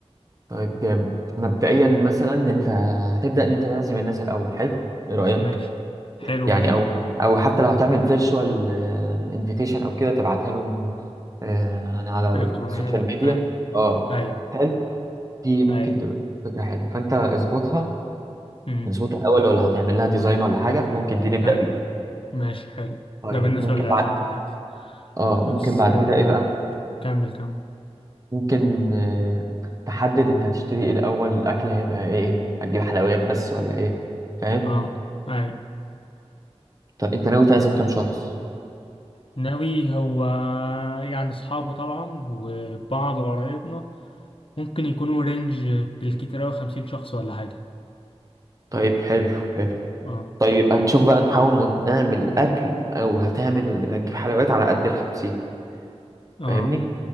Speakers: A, on the right (about 30°); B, on the left (about 55°).
A: طيب جامد مبدئيا مثلا انت هتبدا ان انت تعزم الناس الاول حلو ايه رايك
B: ماشي حلو
A: يعني
B: ماشي
A: او او حتى لو هتعمل فيرتشوال انفيتيشن او كده تبعتها لهم آه، انا على السوشيال
B: الكترونيه يعني
A: ميديا
B: ايوه
A: اه
B: ايوه
A: حلو دي ممكن
B: ايوه
A: تبقى فكره حلوه فانت اظبطها
B: امم
A: اظبطها الاول ولا هتعمل لها ديزاين ولا حاجه ممكن دي نبدا
B: ايوه
A: بيها
B: ماشي حلو
A: طيب
B: ده بالنسبه
A: ممكن
B: لعزومه
A: بعد
B: الناس
A: اه
B: بس
A: ممكن بعد
B: أه
A: كده ايه بقى
B: كمل كمل
A: ممكن آه، تحدد انت هتشتري ايه الاول الاكل هيبقى ايه هتجيب حلويات بس ولا ايه فاهم
B: اه اي
A: طب انت ناوي تعزم كام شخص
B: ناوي هو يعني اصحابه طبعا وبعض قرايبنا ممكن يكونوا رينج بالكتير اوي خمسين شخص ولا حاجة
A: طيب حلو حلو
B: اه
A: طيب يبقى نشوف بقى نحاول نعمل اكل او هتعمل هتجيب حلويات على قد الخمسين
B: اه
A: فاهمني